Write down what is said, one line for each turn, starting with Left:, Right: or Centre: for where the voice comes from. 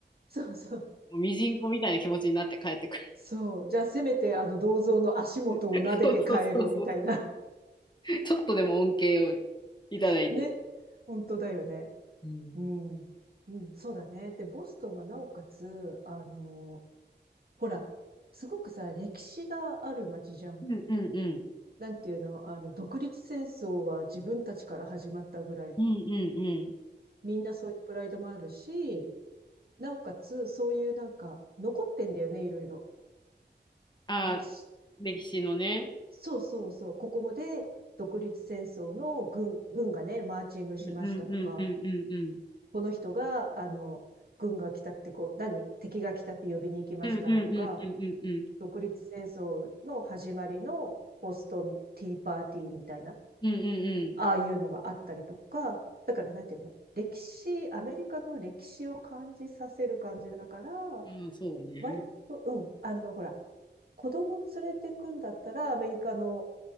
Right: そうそう。
Left: もうミジンコみたいな気持ちになって帰ってくる。
Right: そう。じゃあ、せめて、あの、銅像の足元を撫でて帰ろうみたいな。
Left: <laughs> そうそうそうそう。ちょっとでも恩恵をいただいて。
Right: <laughs> ね。本当だよね。
Left: うん。
Right: うん。うん、そうだね。で、ボストンはなおかつ、あのほら、すごくさ、歴史がある街じゃん。
Left: うんうんうん。
Right: なんていうの、あの、独立戦争は自分たちから始まったぐらいの。
Left: うんうんうん。
Right: みんなそういうプライドもあるし、なおかつ、そういうなんか、残ってんだよね、いろいろ。
Left: ああ、
Right: 歴史。
Left: 歴史のね。
Right: そうそうそう。ここもで、独立戦争の軍、軍がね、マーチングしましたとか、
Left: うんうんうんうんうんうん。
Right: この人が、あの、軍が来たってこう、何敵が来たって呼びに行きましたとか、
Left: うんうんうんうんうんうん。
Right: 独立戦争の始まりのボストンティーパーティーみたいな。
Left: うんうん
Right: ああいうのがあったりとか、だからなんていうの、歴史、アメリカの歴史を感じさせる感じだから、
Left: うん。うん、そうね。
Right: 割と、うん、あの、ほら、子供連れてくんだったらアメリカの